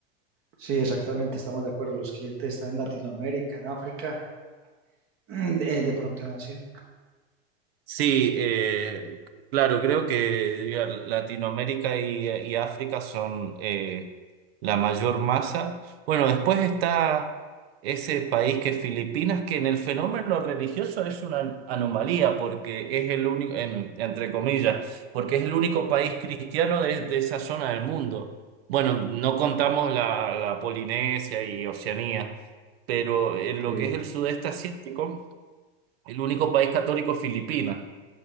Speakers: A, on the right; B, on the right.
A: sí, exactamente. Estamos de acuerdo. Los clientes están en Latinoamérica, en África, <clears throat> eh, de pronto en Asia.
B: Sí, eh, claro, creo que diga, Latinoamérica y, y África son eh, la mayor masa. Bueno, después está ese país que es Filipinas, que en el fenómeno religioso es una anomalía, porque es el único, en- entre comillas, porque es el único país cristiano de, de esa zona del mundo. Bueno, no contamos la, la Polinesia y Oceanía, pero en lo
A: Sí.
B: que es el sudeste asiático, el único país católico es Filipinas.